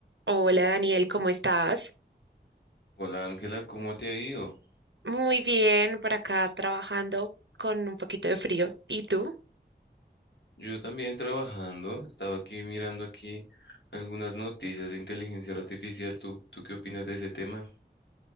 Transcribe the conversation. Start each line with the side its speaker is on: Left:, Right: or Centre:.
Right: Hola Daniel, ¿cómo estás?
Left: Hola Ángela, ¿cómo te ha ido?
Right: Muy bien, por acá trabajando con un poquito de frío. ¿Y tú?
Left: Yo también trabajando, estaba aquí mirando aquí algunas noticias de inteligencia artificial. ¿Tú, tú qué opinas de ese tema?